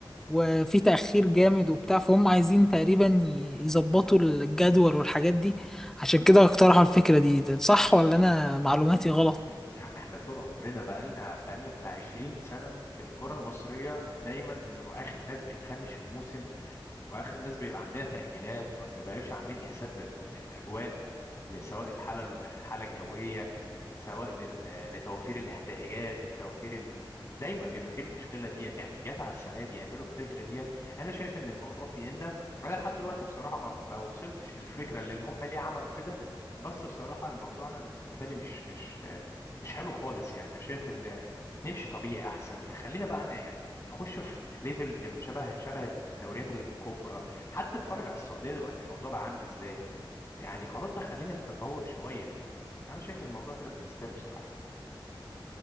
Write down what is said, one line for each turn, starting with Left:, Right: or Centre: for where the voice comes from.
Centre: وفي تاخير جامد وبتاع فهم عايزين تقريبا ي- يظبطوا الجدول والحاجات دي عشان كده اقترحوا الفكره دي ده صح ولا انا معلوماتي غلط
Left: هم- آه، يا عم احنا طول عمرنا بقالنا بقالنا بتاع 20 سنه في الكره المصريه دايما بنبقى اخر ناس بنفنش الموسم واخر الناس بيبقى عندها تأجيلات ما بنبقاش عاملين حساب لل... للاجواء ل- سواء الحاله الحاله الجويه سواء لل... لتوفير الاحتياجات توفير ال... دايما بيبقى فيه المشكله ديت يعني جت على السنه دي يعملوا الفكره ديت انا شايف ان الموضوع في ان انا لحد دلوقتي بصراحه ما, ما وصلتش للفكره اللي هم ليه عملوا كده بس بصراحه الموضوع انا بالنسبه لي مش مش مش حلو خالص يعني انا شايف ان نمشي طبيعي احسن خلينا بقى ن- يعني نخش في ليفل نبقى شبه شبه الدوريات الكبرى حتى اتفرج على السعوديه دلوقتي الموضوع بقى عامل ازاي يعني خلاص بقى خلينا في تطور شويه انا شايف الموضوع كده بالنسبه لي بصراحه